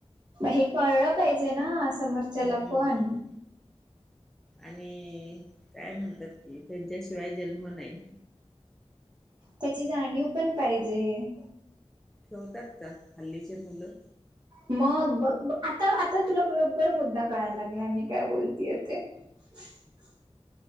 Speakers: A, on the right; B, in the centre.
A: हे कळलं पाहिजे ना, समोरच्याला
B: हम्म
A: पण.
B: आणि काय म्हणतात कि, त्यांच्याशिवाय जन्म नाही.
A: त्याची जाणीव पण पाहिजे.
B: ठेवतात का हल्लीचे मुलं.
A: मग बघ, आता आता तुला बरोबर मुद्दा कळायला लागलाय मी काय बोलतीय ते. <inaudible>